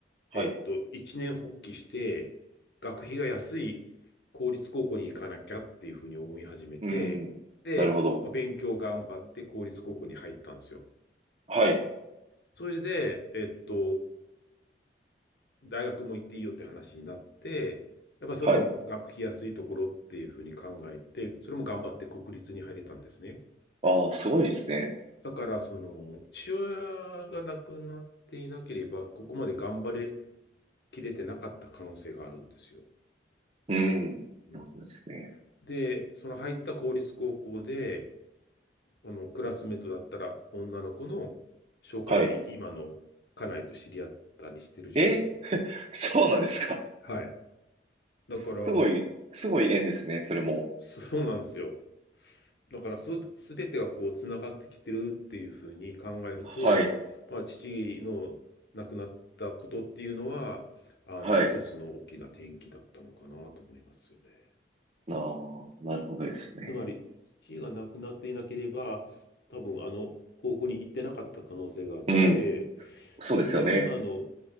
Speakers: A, on the right; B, on the left.
A: はい、
B: えっと、一年発起して、学費が安い公立高校に行かなきゃっていうふうに思い始めて、
A: うん、
B: で、
A: なるほど。
B: まあ勉強頑張って公立高校に入ったんですよ。
A: はい、
B: それで、えっと、大学も行っていいよって話になって、やっぱりそれも学費安いところっていうふうに考えて、
A: はい、
B: それも頑張って国立に入れたんですね。
A: ああ、すごいですね。
B: だから、その、父親が亡くなっていなければ、ここまで頑張れきれてなかった可能性があるんですよ。
A: うん、なるほどですね。
B: うんで、その入った公立高校で、あの、クラスメートだったら女の子の紹介で今の家内と知り合ったりしてるじゃないです
A: はい。え <laughs> そうなんですか
B: か。はい。だから、
A: すごい、すごい縁ですね、それも。
B: そそうなんですよ。だから、そ、すべてがこう、つながってきてるっていうふうに考えると、
A: はい、
B: まあ、父の亡くなったことっていうのは、あの、
A: はい。
B: 一つの大きな転機だったのかなと思いますよね。
A: なあ、なるほどですね。
B: つまり、父が亡くなっていなければ、多分あの高校に行ってなかった可能性があって、
A: うん、そうですよね。
B: そうすると今の